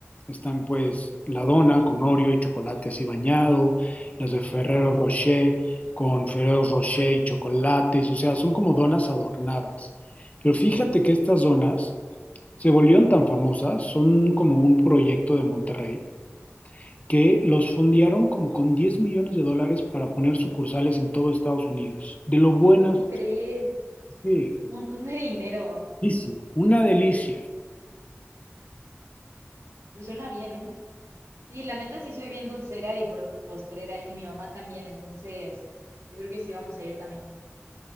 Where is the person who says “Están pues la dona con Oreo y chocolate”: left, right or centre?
Left